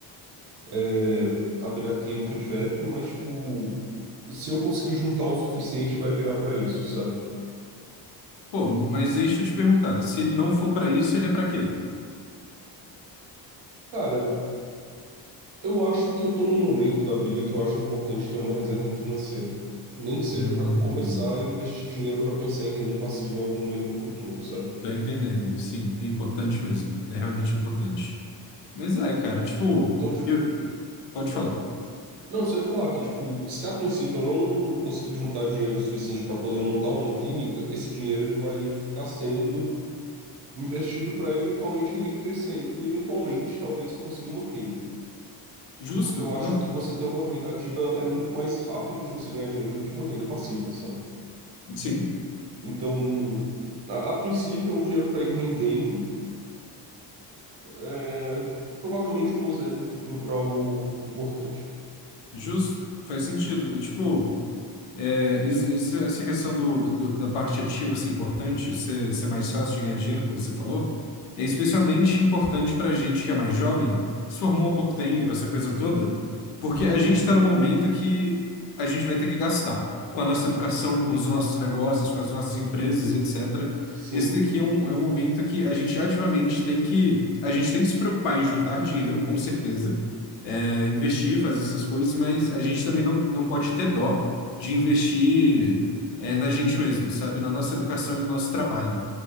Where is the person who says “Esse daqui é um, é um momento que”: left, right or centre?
Left